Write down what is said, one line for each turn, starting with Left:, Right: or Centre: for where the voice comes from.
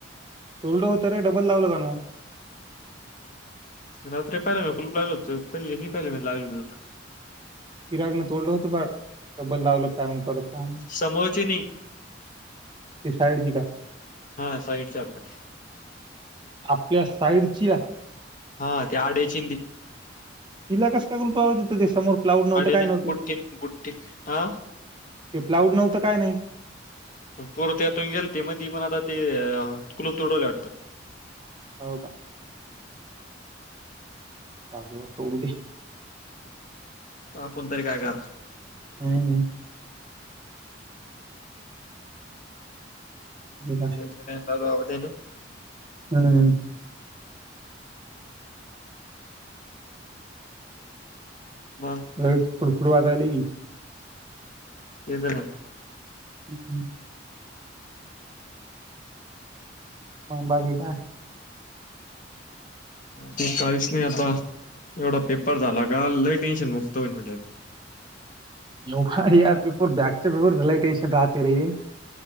Right: तुडो हों र डबल लावलं काण मग?
Left: रात्री पहिला मी खुलप लागल होत पहिले पहिले म लागल.
Right: चिरागणं तोडलं होतं बा तब्बल लावलं काय माहित.
Left: समोरची नाही
Right: ते साईडची का?
Left: हा साईडच्या आपल्या.
Right: आपल्या साईडची
Left: हा त्या आडेची.
Right: तीला कस कागुलपाववर समोर. प्लाऊड नव्हतं
Left: अडनी
Right: काय नव्हतं
Left: गुठ्ठे गुठ्ठे हा.
Right: ते प्लाउड नव्हं काय नाही.
Left: पूरततून गेल ते म पण आता ते कुलूप तुडवला वाटतं.
Right: हो का? जाजव्हा तोडू दे.
Left: आपण तरी काय करा?
Right: हम्. <unintelligible>
Left: <unintelligible>
Right: हम्म.
Left: बर.
Right: फुडफुड वातायला की,
Left: ये <unintelligible>
Right: हम् हम, म बाकी काय,
Left: ते काहीच नाही आता, एवढा पेपर झाला का लई टेन्शन मुक्त होईन म्हे,
Right: व यार पेपर बॅकच्या पेपरच, लय टेन्शन राहते रे,